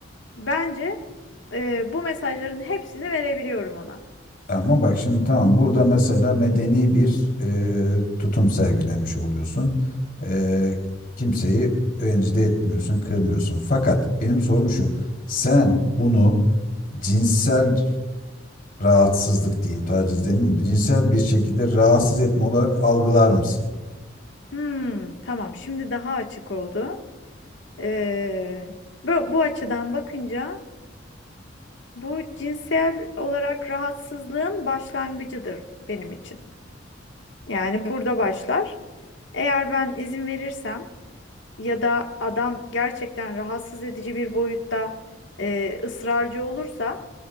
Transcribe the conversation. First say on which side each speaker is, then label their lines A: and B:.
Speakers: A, on the left; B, on the left.
A: bence e, bu mesajların hepsini verebiliyorum ona.
B: Ama bak şimdi tamam burada mesela medeni bir e, tutum sergilemiş oluyorsun. E, kimseyi rencide etmiyorsun, kırmıyorsun. Fakat benim sorum şu. Sen bunu cinsel rahatsızlık diyeyim, taciz demeyeyim, de, cinsel bir şekilde rahatsız etme olarak algılar mısın?
A: Hmm, tamam. Şimdi daha açık oldu. Ee, bu, bu açıdan bakınca bu cinsel olarak rahatsızlığın başlangıcıdır benim için. Yani burada başlar. Eğer ben izin verirsem ya da adam gerçekten rahatsız edici bir boyutta e, ısrarcı olursa